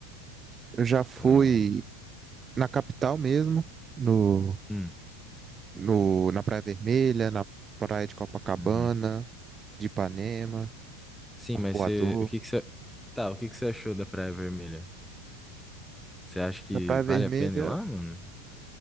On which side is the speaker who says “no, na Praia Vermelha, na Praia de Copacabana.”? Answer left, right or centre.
Right